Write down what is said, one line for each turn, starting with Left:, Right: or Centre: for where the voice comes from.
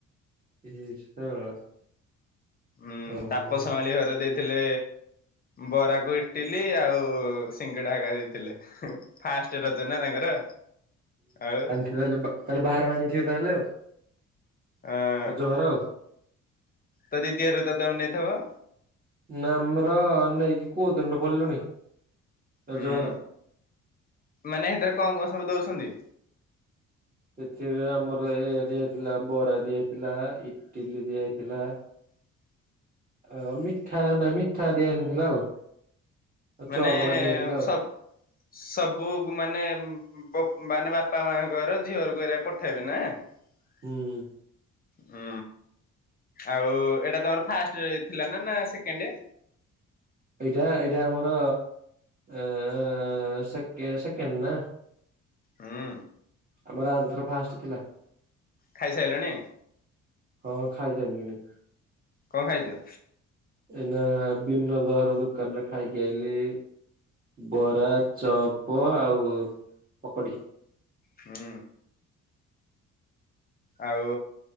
Right: <unintelligible>
Left: ଉଁ
Right: ଓହୋ
Left: ତାପସ
Right: ହୁଁ
Left: ମାଳି ଘରେ ଦେଇ ଥିଲେ ବରାକୁ ଇଟିଲି ଆଉ ସିଙ୍ଗିଡା ହେକା ଦେଇଥିଲେ। ଫାଷ୍ଟ ରଜ ନା ତାଙ୍କର ଆଉ
Right: ସେ ତାହଲେ ବା ତାହେଲେ ଭାର ଆଣିଥିବେ ତାହେଲେ ଆଉ।
Left: ଆଁ।
Right: ରଜ ଭାର ଆଉ।
Left: ତୋ ଦିଦି ଘର କୁ ତ ତମେ ନେଇଥବ?
Right: ନା ଆମର ନେଇକି କୋଉ ଦିନରୁ ପଡିଲୁଣି ରଜ
Left: ହୁଁ
Right: ଭାର।
Left: ମାନେ ସେଥିରେ କଣ କଣ ସବୁ ଦଉଛନ୍ତି?
Right: ସେଥିରେ ଆମର ଏଇଆ ଏଇଆ ଦିଆହେଇଥିଲା ବରା ଦିଆହେଇଥିଲା ଇଟିଲି ଦିଆହେଇଥିଲା।
Left: <inaudible>
Right: ଆଉ ମିଠା ନା ମିଠା ଦିଆହେଇନଥିଲା ଆଉ ଆଉ
Left: ମାନେ
Right: ଚପ୍ ହେକା ଦିଆହେଇଥିଲା ଆଉ।
Left: ସବ ସବୁ ମାନେ ବପ୍ ମାନେ ବାପା ମାଙ୍କର ଝିଅଘରକୁ ଏରା ପଠେଇବେ ନା? ହ
Right: ହୁଁ।
Left: ହୁଁ ଆଉ ଏଇଟା ତମର ଫାଷ୍ଟ ଥିଲା ନା ନା ସେକେଣ୍ଡ?
Right: ଏଇଟା ଏଇଟା ଆମର ଅ ସେକେ ସେକେଣ୍ଡ ନା।
Left: ହୁଁ
Right: ଆମର ଆର ଥର ଫାଷ୍ଟ ଥିଲା।
Left: ଖାଇ ସାରିଲଣି?
Right: ହଁ ଖାଇ ସାରିଲିଣି।
Left: କଣ ଖାଇଛ?
Right: ଏଇନା ବିନଦ ଘର ଦୋକାନରେ ଖାଇକି ଆଇଲି। ବରା, ଚପ ଆଉ ପକଡି।
Left: ହୁଁ। ଆଉ